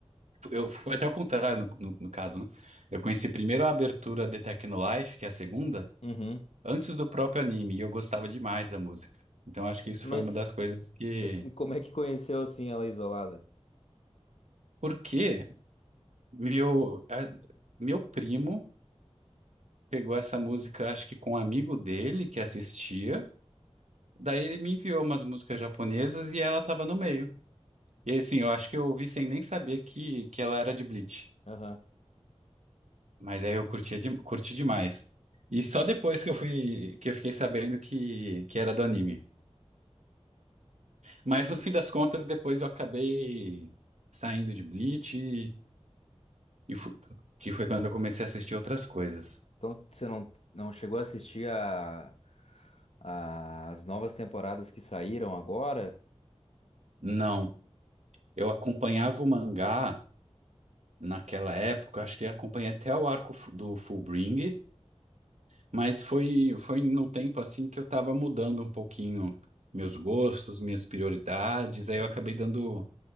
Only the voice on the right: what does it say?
Eu, foi até o contrário no, no, no caso, né? Eu conheci primeiro a abertura de Technolife, que é a segunda,
antes do próprio anime, e eu gostava demais da música. Então acho que isso
foi uma das coisas que.
Porque meu, a- meu primo pegou essa música, acho que com um amigo dele que assistia, daí ele me enviou umas músicas japonesas e ela tava no meio. E assim, eu acho que eu ouvi sem nem saber que, que ela era de Bleach.
Mas aí eu curtia de- curti demais. E só depois que eu fui, que eu fiquei sabendo que, que era do anime. Mas no fim das contas, depois eu acabei saindo de Bleach, e, e fu- que foi quando eu comecei a assistir outras coisas.
Não, eu acompanhava o mangá naquela época, acho que acompanhei até o arco fu- do Fullbring, mas foi, foi num tempo assim que eu tava mudando um pouquinho meus gostos, minhas prioridades, aí eu acabei dando.